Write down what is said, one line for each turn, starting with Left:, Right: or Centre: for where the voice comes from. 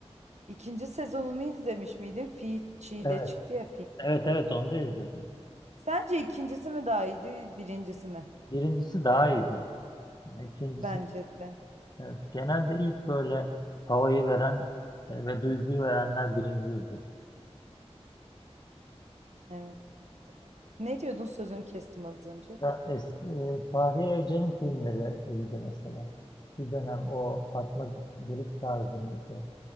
Right: ikinci sezonunu izlemiş miydin? Fi Çiğ
Left: Evet,
Right: de çıktı ya Fi.
Left: evet, evet onu da izledim.
Right: Sence ikincisi mi daha iyiydi, birincisi mi?
Left: Birincisi daha iyiydi. İkincisi
Right: Bence de.
Left: Evet, genelde ilk böyle havayı veren e, ve duyguyu verenler birinciydi.
Right: Evet. Ne diyordun? Sözünü kestim az önce.
Left: Ya es, e, Fahriye Evcen'in filmleri iyiydi mesela. Bir dönem o Fatma Girik tarzı mıydı?